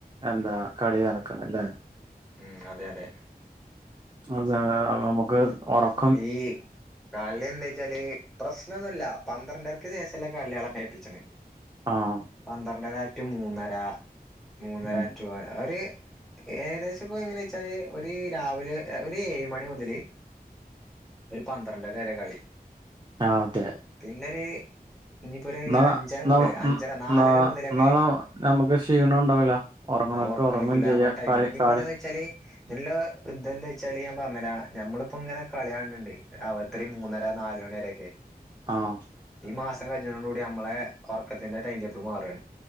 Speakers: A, on the right; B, in the centre.
A: എന്താ കളി നടക്കുന്നത് അല്ലേ
B: ഉം അതെ അതെ
A: അതെ നമുക്ക് ഉറക്ക
B: ഏഈ കളി എന്താ വെച്ചാല് പ്രശ്നംമോ ന്നുമല്ല പന്ത്രണ്ടേർക്ക് ശേഷം അല്ലെ കളി ആണ് പേപ്പിച്ചണ്
A: ആഹ
B: പന്ത്രണ്ടരറ്റു മൂന്നര മൂന്നര
A: ഉം
B: റ്റു അര ഒരു ഏകദേശം ഇപ്പോ എങ്ങന വെച്ചാല് ഒരു രാവിലെ ഒരു ഏഴ് മണി മുതല് ഒരു പന്ത്രണ്ടര വരെ കളി
A: ആ അതെ
B: പിന്നര് ഇനിയിപ്പോ ഒരു
A: ന്നാ
B: അഞ്ചര
A: ന്നാ
B: മുതൽ അഞ്ചര നാലര
A: ന്നാ
B: മുതലൊക്കെ
A: ന്നാ നമുക്ക് ക്ഷീണം ഉണ്ടാവില്ല ഉറങ്ങണോൽക്ക്
B: ഉറക്കം
A: ഉറങ്ങും
B: കിട്ടില്ല
A: ചെയ്യാ
B: നമ്മുടെ ടൈമ
A: കളി
B: ഇനിയിപ്പോഎന്താന്ന്
A: കളി
B: വെച്ചാല് നല്ല യുദ്ധം എന്താ വെച്ചാ ഞാൻ പറഞ്ഞരാ ഞമ്മളിപ്പോ ഇങ്ങനെ കളി കാണിണ്ട് അവത്രി മൂന്നര നാലുമണി വരൊക്കെ
A: ആഹ
B: ഈ മാസം കഴിഞ്ഞതോട് കൂടി നമ്മളെ ഉറക്കത്തിന്റെ ടൈൻടേപ്പിൾ മാറുകയാണ്